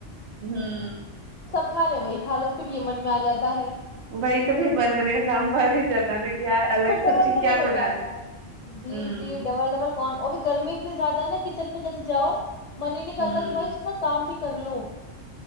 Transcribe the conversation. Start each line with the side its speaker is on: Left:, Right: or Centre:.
Right: ہاں
Left: کا رہے وہی کھا لو پھر یہ من میں آ جاتا ہے
Right: وہی تو پھر بنانے کا کام بد ہی جاتا ہے نا کہ یار الگ
Left: وہ ڈبل
Right: سبزی کیا
Left: ڈبل ہو
Right: بنا
Left: جاتا ہے جی
Right: ہوں
Left: جی ڈبل ڈبل کون اور بھیھی گرمی اتنی زیادہ ہے نا کچن میں جیسے جاؤ من ہی نہیں کرتا
Right: ہوں
Left: کہ بھائی اس میں کام بھی کرلو